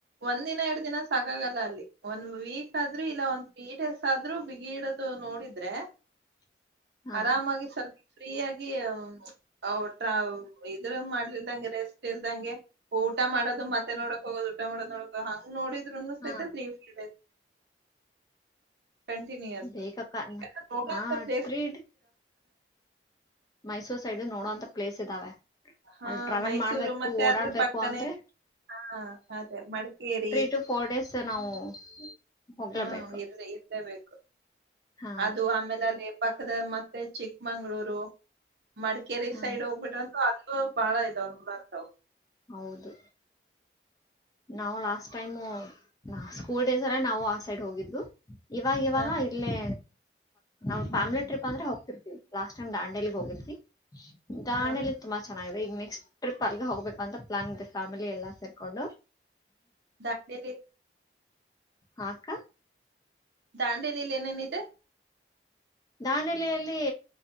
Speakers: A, on the right; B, on the left.
A: ಒಂದ ದಿನ ಎರಡು ದಿನ ಸಾಕಾಗಲ್ಲ ಅಲ್ಲಿ ಒಂದ್ ವೀಕ್ ಆದ್ರೂ ಇಲ್ಲ ಒಂದ್ ತ್ರೀ ಡೇಸ್ ಆದ್ರೂ ಬಿಗಿ ಇಡದು ನೋಡಿದ್ರೆ
B: <inaudible> ಹಾ
A: ಆರಾಮಾಗಿ ಸ್ವಲ್ಪ ಫ್ರೀ ಆಗಿಟ್ರ ಇದ್ರ ಮಾಡ್ಲಿಲ್ದಂಗೆ ರೆಸ್ಟ್ ಇಲ್ದಂಗೆ ಊಟ ಮಾಡೋದು ಮತ್ತೆ ನೋಡಕೋ್ ಊಟ ಮಾಡೋ್ ನೋಡಕೋ ಹಂಗ ನೋಡಿದ್ನು
B: ಹಾ
A: ಸೈತತ್ರೀ ಫ ಕಂಟಿನ್ಯೂಯಸ್
B: ಬೇಕಕ್ಕ
A: ನೋಡಂತ
B: ಹಾ
A: ಪ್ಲೇಸ್
B: ಟ್ರೀಟ್ ಮೈಸೂರ್ ಸೈಡ್ ನೋಡೋಂತ ಪ್ಲೇಸ್ ಇದಾವೆ
A: ಹಾ
B: ಅಲ್ಲಿ ಟ್ರಾವೆಲ್
A: ಮೈಸೂರು
B: ಮಾಡ್ಬೇಕು
A: ಮತ್ತೆ
B: ಓಡಾಡ್ಬೇಕು
A: ಅದ್ರ ಪಕ್ಕನೆ
B: ಅಂದ್ರೆ
A: ಹಾ ಅದೇ ಮಡಿಕೇರಿ
B: ೀ ಟು ಫೋರ್ ಡೇಸ್ ನಾವು ಹೋಗ್ಲೇಬೇಕು
A: ಹಾ ಇರ್ದೆ ಇರ್ಲೇಬೇಕು
B: ಹಾ
A: ಅದು ಆಮೇಲೆ ಅಲ್ಲಿ ಪಕ್ಕದ ಮತ್ತೆ ಚಿಕ್ಕಮಂಗ್ಗಳೂರು ಮಡಿಕೇರಿ
B: ಹಾ
A: ಸೈಡ್ ಹೋಗ್ಬಿಟ್ರಂತೂ ಬಾಳ ಇದಾವ ನಮ ಅರ್ಥಾವ
B: ಹೌದು ನಾವು ಲಾಸ್ಟ್ ಟೈಮು ನಾ ಸ್ಕೂಲ್ ಡೇಸ್ಲ್ಲ ನಾವು ಆ ಸೈಡ್ ಹೋಗಿದ್ದು ಇವಾಗ ಇವಾಗ
A: ಹಾ
B: ಇಲ್ಲೇ ನಾ ಫ್ಯಿಲಿ
A: ಹಾ
B: ಟ್ರಿಪ್ ಅಂದ್ರೆ ಹೋಗತಿರ್ತಿವಿ ಲಾಸ್ ಟೈಮ್ ದಾಂಡೇಲಿಗ್ ಹೋಗಿದ್ವಿ
A: ಹಾ
B: ದಾಣಿಯಲಿ ತುಂಬಾ ಚೆನ್ನಾಗಿದೆ ಈಗ ನೆಕ್ಸ್ಟ್ ಟ್ರಿಪ್ ಅಲ್ಲಿಗೆ ಹೋಗ್ಬೇಕಂತ ಪ್ಲನ್ ಫ್ಯಾಮಿಲಿ ಎಲ್ಲಾ ಸೇರ್ಕೊಂಡು
A: ದಾಂಡೇಲಿ
B: ಹಾಕ್ಕ
A: ದಾಂಡೇಲಿಲಿ ಏನೇನ ಇಿದೆ
B: ದಾಂಡಲೆಯಲ್ಲಿ